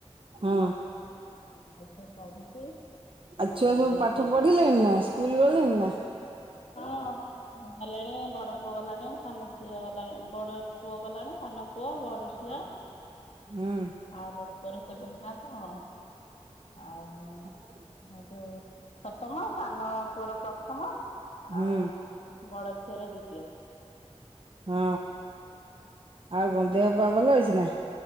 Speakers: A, on the right; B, on the left.
A: ହଁ।
B: ବଡ ଝିଅ ପଢୁଛି।
A: ଆଉ
B: ପୁଅ
A: ଛୁଆ
B: ଦି
A: ସବୁ
B: ଜଣ
A: ପାଠ
B: ଖାଉଛନ୍ତି।
A: ପଢିଲେଣିି ନା ସ୍କୁଲ ଗଲେଣି ନା?
B: ହଁ। ଗଲାଣି ବଡ ପୁଅ ଗଲାଣି ସାନ ଝିଅ ଗଲା ବଡ ପୁଅ ଗଲାଣି ସାନ ପୁଅ ବଡ ଝିଅ।
A: ହୁଁ।
B: ଆଉ ବଡ଼ ପୁଅର ସେଭେନ୍ଥ କ୍ଲାସ ହଁ ଆଉ।
A: <inaudible>
B: ହଁ ଯୋ ସପ୍ତମ ସାନ ପୁଅର ପ୍ରଥମ।
A: ହୁଁ
B: ଆଉ ବଡ ଝିଅର ଦ୍ଵିତୀୟ।
A: ହଁ ଆଉ କଣ ଦେହପା
B: ତମେ ଖାଇ
A: ଭଲ ଅଛି ନା?